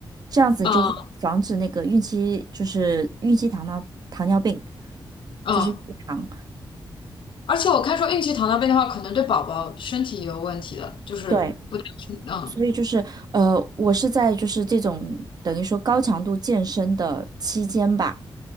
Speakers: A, on the right; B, on the left.
A: 这样子你就会防止那个孕期就是孕期糖尿糖尿病，
B: 嗯嗯，
A: 就是孕糖，
B: 而且我看说孕期糖尿病的话，可能对宝宝身体也有问题的，就是不太嗯
A: 对，所以就是，呃，我是在就是这种等于说高强度健身的期间吧，